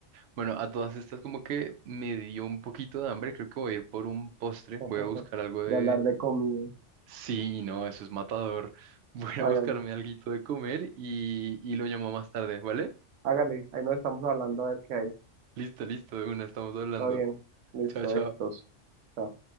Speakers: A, on the right; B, on the right.
A: bueno, a todas estas como que me dio un poquito de hambre. Creo que voy a ir por un postre.
B: <laughs>
A: Voy a buscar algo de...
B: de hablar de comida.
A: Sí, no, eso es matador. <laughs> Voy
B: Hágale,
A: a buscarme alguito de comer y, y lo llamo más tarde, ¿vale?
B: hágale, ahí nos estamos hablando a ver qué hay.
A: Listo, listo, de una, estamos hablando.
B: Está bien, listo,
A: Chao, chao.
B: éxitos. Chao.